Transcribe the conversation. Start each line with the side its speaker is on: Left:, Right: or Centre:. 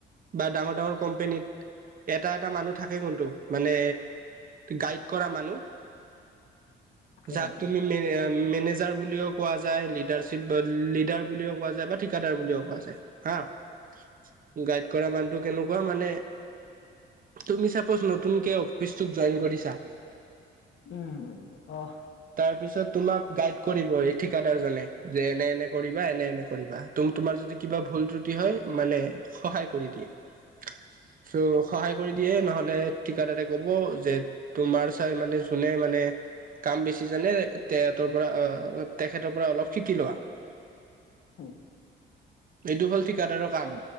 Right: বা ডাঙৰ ডাঙৰ কম্পেনীত। এটা এটা মানুহ থাকে কোনটো, মানে গাইড কৰা মানুহ।
Left: থাকে
Right: যাক
Left: থাকে।
Right: তুমি মে মেনেজাৰ বুলিও কোৱা যায়। লিডাৰৰ্চিপ লিডাৰ বুলিও কোৱা যায়, বা ঠিকাদাৰ বুলিও কোৱা যায় হা। গাইড কৰা মানুহটো কেনেকুৱা মানে। তুমি চাগৈ নতুনকে অফিচটোত জইন কৰিছা।
Left: উম' অহ।
Right: তাৰপিছত তোমাক গাইড কৰিব এই ঠিকাদাৰ জনে, যে এনে এনে কৰি বা এনে এনে কৰিবা, তো তোমাৰ যদি কিবা ভুল ত্ৰুটি হয়, মানে সহায় কৰি দিয়ে। চ' সহায়। কৰি দিয়ে নহ'লে, ঠিকাদাৰে ক'ব যে, তোমাৰ চাই মানে, যোনে মানে কাম বেছি জানে, তেঁহেতৰ পৰা, তেখেতৰ পৰা অলপ শিকি লোৱা।
Left: উম।
Right: এইটো হ'ল ঠিকাদাৰৰ কাম।